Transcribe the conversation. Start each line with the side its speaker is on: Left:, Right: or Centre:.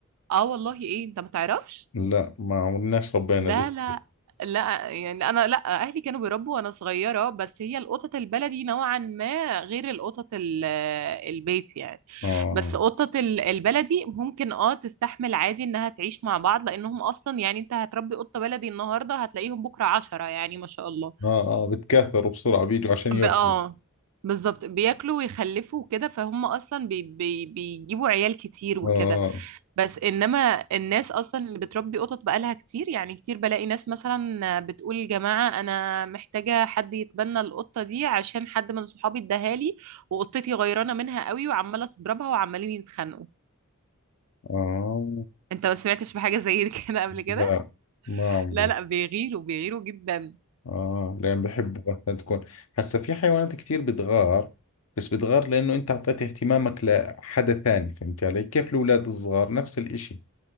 Right: اه والله ايه انت ما تعرفش
Left: لا ما عمرناش ربينا
Right: لا
Left: ذي
Right: لا لا يعني انا لا اهلي كانوا بيربوا وانا صغيره بس هي القطط البلدي نوعا ما غير القطط ال- البيت يعني
Left: آه
Right: بس قطط ال- البلدي ممكن اه تستحمل عادي انها تعيش مع بعض لانهم اصلا يعني انت هتربي قطه بلدي النهارده هتلاقيهم بكره عشرة يعني ما شاء الله
Left: آه آه بتكاثروا بسرعة بيجوا عشان يأكلوا
Right: ب- اه بالظبط بياكلوا ويخلفوا وكده فهم اصلا بي بي بيجيبوا عيال كتير وكده
Left: آه
Right: بس انما الناس اصلا اللي بتربي قطط بقالها كتير يعني كتير بلاقي ناس مثلا بتقول يا جماعه انا محتاجه حد يتبنى القطه دي عشان حد من صحابي اداها لي وقطتي غيرانه منها قوي وعماله تضربها وعمالين يتخانقوا
Left: آه
Right: انت ما سمعتش بحاجه زي كده قبل كده
Left: لا ما عمري
Right: لا لا بيغيروا بيغيروا جدا
Left: آه لأن بحبوا مثلا تكون هسا في حيوانات كثير بتغار بس بتغار لأنه أنت أعطيت اهتمامك لحدا ثاني فهمت علي كيف الأولاد الصغار نفس الإشي